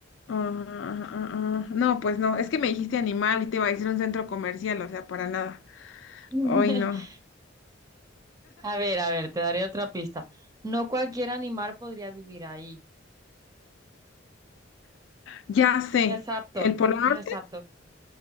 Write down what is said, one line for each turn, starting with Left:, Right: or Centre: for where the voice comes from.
Left: ah, ah, ah, ah. no, pues no, es que me dijiste animal y te iba a decir un centro comercial, o sea, para nada.
Right: <laughs>
Left: hoy no.
Right: A ver, a ver, te daré otra pista. No cualquier animal podría vivir ahí.
Left: Ya sé,
Right: No es apto,
Left: el Polo Norte,
Right: no es apto.